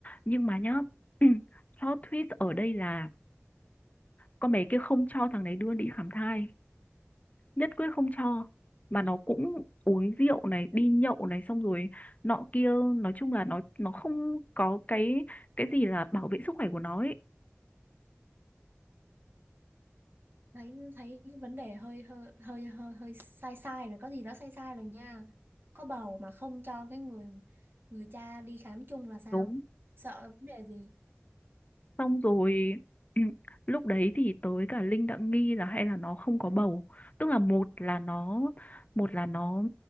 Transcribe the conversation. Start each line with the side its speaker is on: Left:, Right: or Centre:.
Left: nhưng mà nhá <clears throat> plot twist ở đây là con bé kia không cho thằng đấy đưa đi khám thai nhất quyết không cho mà nó cũng uống rượu này đi nhậu này xong rồi nọ kia nói chung là nó nó không có cái cái gì là bảo vệ sức khỏe của nó ấy
Right: thấy thấy vấn đề hơi hơi hơi hơi hơi sai sai rồi có gì đó sai sai rồi nha có bầu mà không cho cái người người cha đi khám chung là sao
Left: đúng
Right: sợ vấn đề gì
Left: xong rồi ừ, lúc đấy thì tới cả Linh đã nghi là hay là nó không có bầu tức là một là nó một là nó